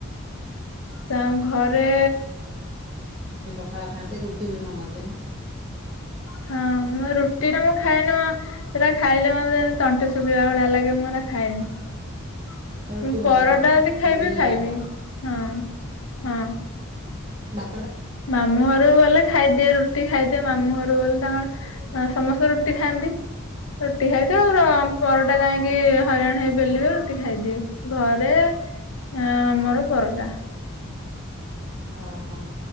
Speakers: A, on the left; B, on the right.
A: ତ ଆମ ଘରେ
B: ପଖଳା ଖାଣନ୍ତି ରୁଟି ବି ମଙ୍ଗଣନ୍ତି ନି।
A: ହଁ ରୁଟି ଟା ମୁଁ ଖାଏନି ହେରା ଖାଇଲେ ମେ ତଣ୍ଟି ଶୁଖାଲା ଭଳିଆ ଲାଗେ ମୁଁ ଖାଏନି।
B: ରୁଟି ଭଲ
A: ପରଟା
B: ପାଉନି
A: ଯଦି
B: ଖାଲି
A: ଖାଇବି ଖାଇବି
B: ଭାତ
A: ହଁ ହଁ।
B: ବା
A: ମାମୁଁ ଘରୁକୁ ଗଲେ ଖାଇଦିଏ ରୁଟି ଖାଇଦିଏ ମାମୁଁ ଘରୁକୁ ଗଲେ ତାଙ୍କର ଅ ସମସ୍ତେ ରୁଟି ଖାଆନ୍ତି ରୁଟି ଖାଇଦିଏ ର ଆଉ ପରଟା କାହିଁକି ହଇରାଣ ହେ ବେଲିବେ ରୁଟି ଖାଇଦିଏ ଘରେ ଅ ଆମର ପରଟା।
B: ଓହୋ